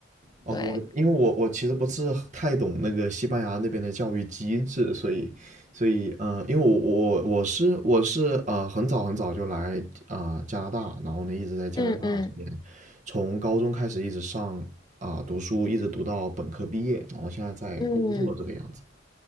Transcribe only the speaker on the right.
哦，
我因为我我其实不是太懂那个西班牙那边的教育机制，所以所以呃，因为我我我是我是呃很早很早就来啊、呃加拿大，然后呢一直在加拿大这边，
从高中开始一直上啊、读书，一直读到本科毕业，然后现在在工作这个样子。